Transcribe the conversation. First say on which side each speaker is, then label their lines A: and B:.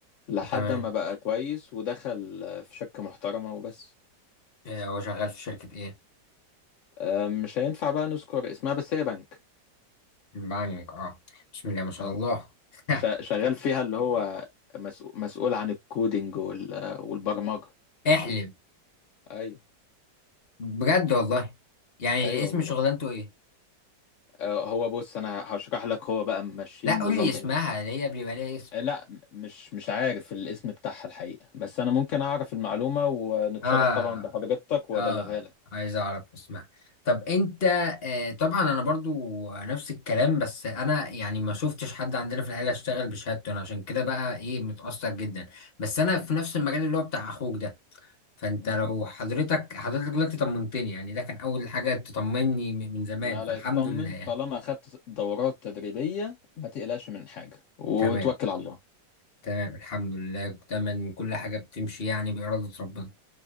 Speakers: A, on the left; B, on the left.
A: لحد
B: تمام
A: ما بقى كويس ودخل آه، في شركة محترمة وبس
B: آه، هو شغال في شركة ايه
A: آه، مش هينفع بقى نذكر اسمها بس هي بنك
B: بانك اه بسم الله ما شاء
A: اه
B: الله <laughs>
A: ش... شغال فيها اللي هو مسؤول, مسؤول عن الكودينج وال... آه، والبرمجة
B: احلم
A: ايوه
B: بجد والله يعني
A: ايوه
B: اسم
A: والله
B: شغلانته ايه
A: آه، هو بص انا هشرح لك هو بقى ماشيين
B: لا قول
A: نظام
B: لي اسمها اللي هي بيبقى ليها اسم
A: آه، لا م- مش مش عارف الاسم بتاعها الحقيقة بس أنا ممكن أعرف المعلومة ونتشرف
B: اه
A: طبعا بحضرتك وأبلغها
B: اه
A: لك
B: عايز اعرف واسمع طب انت آه طبعا انا برضو نفس الكلام بس انا يعني ما شفتش حد عندنا في العيله اشتغل بشهادته انا عشان كده بقى ايه متاثر جدا بس انا
A: أكيد
B: في نفس المجال اللي هو بتاع اخوك ده فانت
A: مم.
B: لو حضرتك حضرتك دلوقتي طمنتني يعني ده كان اول حاجه تطمني م- من زمان
A: لا
B: فالحمد
A: لا اطمن
B: لله
A: طالما أخدت دورات تدريبية ما تقلقش من حاجة وتوكل
B: تمام
A: على الله
B: تمام الحمد لله تمام كل حاجه بتمشي يعني باراده ربنا